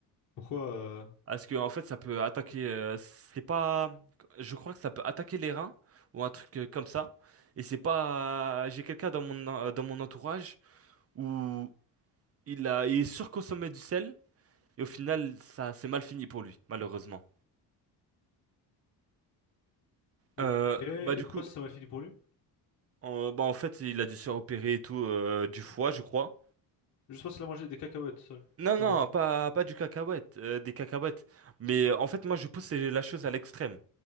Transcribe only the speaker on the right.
Parce que en fait ça peut attaquer euh, c'est pas je crois que ça peut attaquer les reins ou un truc euh, comme ça et c'est pas j'ai quelqu'un dans mon en- dans mon entourage où il a il surconsommait du sel et au final ça c'est mal fini pour lui malheureusement.
Euh,
bah du
coup
en, bah en fait il a dû se faire opérer et tout euh, du foie je crois
Non,
non,
pas,
pas du cacahuète, euh, des cacahuètes. Mais euh, en fait, moi, je pousse la chose à l'extrême.